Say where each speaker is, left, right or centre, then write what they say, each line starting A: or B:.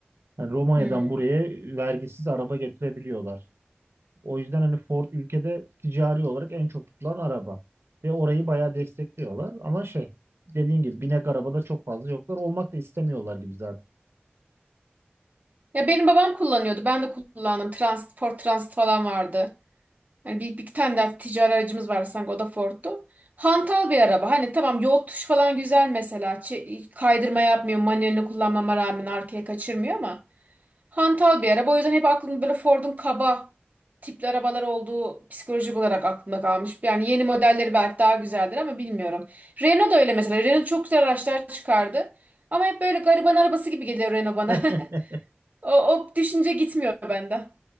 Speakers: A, on the right; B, on the right.
A: Yani Romanya'dan
B: Hmm.
A: buraya vergisiz araba getirebiliyorlar. O yüzden hani Ford ülkede ticari olarak en çok tutulan araba. Ve orayı bayağı destekliyorlar. Ama şey dediğin gibi binek arabada çok fazla yoklar. Olmak da istemiyorlar gibi zaten.
B: Ya benim babam kullanıyordu. Ben de kullandım. Trans, Ford Transit falan vardı. Yani bir, bir tane daha ticari aracımız vardı sanki o da Ford'tu. Hantal bir araba. Hani tamam yol tuş falan güzel mesela. Çe- kaydırma yapmıyor. Manuelini kullanmama rağmen arkaya kaçırmıyor ama. Hantal bir araba. O yüzden hep aklımda böyle Ford'un kaba tipli arabalar olduğu psikolojik olarak aklımda kalmış. Yani yeni modelleri belki daha güzeldir ama bilmiyorum. Renault da öyle mesela. Renault çok güzel araçlar çıkardı. Ama hep böyle gariban arabası gibi geliyor Renault bana.
A: <laughs>
B: <laughs> O, o düşünce gitmiyor benden.